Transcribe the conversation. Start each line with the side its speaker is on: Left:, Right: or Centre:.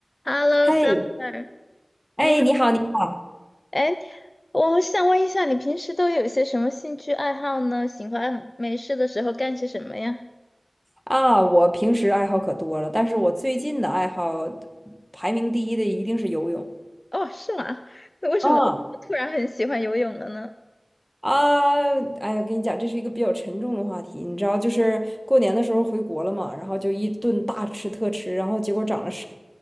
Left: Hello,
Centre: 嘿，
Left: Summer，
Centre: 哎，
Left: 你好。
Centre: 你好，你好
Left: 哎，我想问一下，你平时都有些什么兴趣爱好呢？喜欢没事的时候干些什么呀？
Centre: 啊！我平时爱好可多了，但是我最近的爱好排名第一的一定是游泳
Left: 哦，是吗？那为什么为什么突然很喜欢游泳了呢？
Centre: 啊啊！哎呀，跟你讲，这是一个比较沉重的话题，你知道，就是过年的时候回国了嘛，然后就一顿大吃特吃，然后结果长了十。